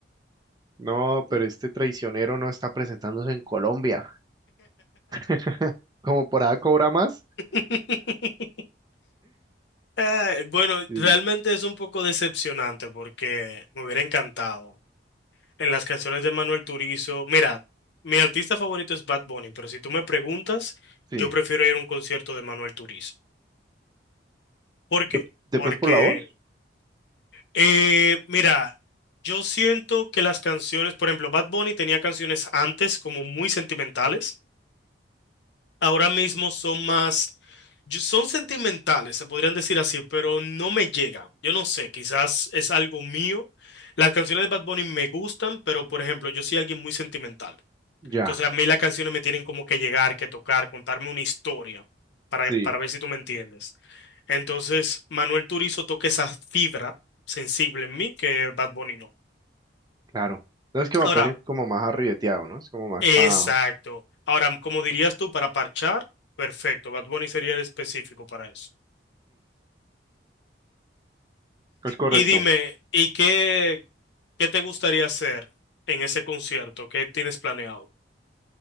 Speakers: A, on the right; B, on the left.
A: No, pero este traicionero no está presentándose en Colombia. <laughs> Como por allá cobra más.
B: <laughs> Eh, bueno,
A: Sí,
B: realmente es un poco decepcionante porque me hubiera encantado. En las canciones de Manuel Turizo, mira, mi artista favorito es Bad Bunny, pero si tú me preguntas,
A: sí.
B: yo prefiero ir a un concierto de Manuel Turizo. ¿Por
A: ¿De,
B: qué?
A: de
B: Porque,
A: pronto por la voz?
B: eh, mira, yo siento que las canciones, por ejemplo, Bad Bunny tenía canciones antes como muy sentimentales. ahora mismo son más, yo- son sentimentales, se podrían decir así, pero no me llegan. Yo no sé, quizás es algo mío. Las canciones de Bad Bunny me gustan, pero por ejemplo, yo soy alguien muy sentimental.
A: Ya,
B: Entonces a mí las canciones me tienen como que llegar, que tocar, contarme una historia, para,
A: sí,
B: para ver si tú me entiendes. Entonces, Manuel Turizo toca esa fibra sensible en mí que Bad Bunny no.
A: claro. No es que Bad
B: Ahora,
A: Bunny es como más arribeteado, ¿no? Es como más
B: exacto.
A: para...
B: Ahora, como dirías tú, para parchar, perfecto. Bad Bunny sería el específico para eso.
A: es correcto.
B: Y dime, ¿y qué, qué te gustaría hacer en ese concierto? ¿Qué tienes planeado?